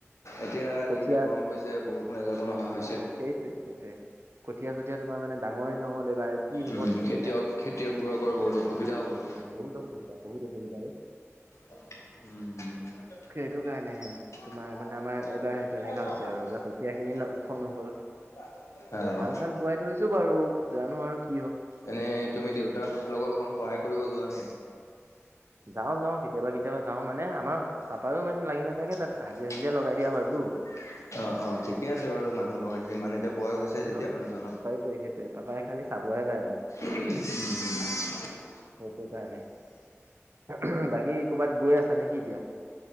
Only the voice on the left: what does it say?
এতিয়া
যিহে গৰম পৰিছে, বৰষুণ এজাকো নহা হৈছে। <inaudible> <unintelligible>
উম
খেতিয়ক-খেতিয়কবোৰকৰ
বহুত অসুবিধা হয়।
উম-উম <inaudible> <unintelligible>
এতিয়া
কিয়
অহা
নাই
<inaudible>
আহ
অঁ <unintelligible>
এনেই তুমি দেউতাৰ লগত অকণ সহায় কৰিব যোৱা নে নাই? <inaudible>
<unintelligible>
অঁ-অঁ ঠিক। ঠিক আছে বাৰু মানুহ লগাইছে যে মানে এতিয়া বয়স
হৈছে যেতিয়া
মানুহজনৰ
<unintelligible> <unintelligible> উম।